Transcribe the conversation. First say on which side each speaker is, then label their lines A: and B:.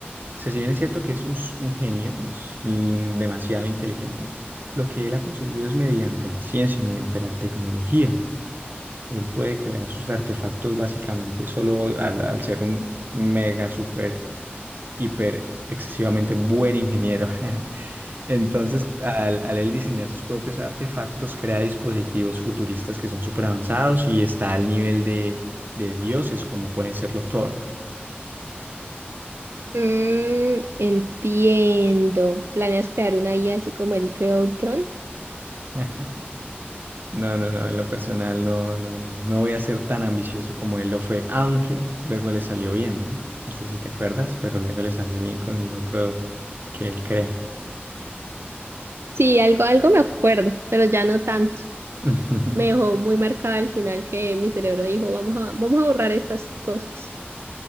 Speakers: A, on the right; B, on the right.
A: O sea, si bien es cierto que es un, s- un genio, es mm, demasiado inteligente, lo que él ha conseguido es mediante la ciencia, mediante la tecnología. Él puede crear sus artefactos básicamente solo al, al ser un mega, super, hiper, excesivamente buen ingeniero. <laughs> Entonces, al, al él diseñar sus propios artefactos, crea dispositivos futuristas que son súper avanzados y está al nivel de, de dioses como pueden ser los Thor.
B: Mm, entiendo. ¿Planeas crear una IA así como el creó Ultron?
A: <laughs> No, no, no, en lo personal no, no, no voy a ser tan ambicioso como él lo fue, aunque luego le salió bien, ¿no? No sé si te acuerdas, pero luego le salió bien con el otro que él crea.
B: Sí, algo, algo me acuerdo, pero ya no tanto.
A: <laughs>
B: Me dejó muy marcada al final que mi cerebro dijo, vamos a, vamos a borrar estas cosas.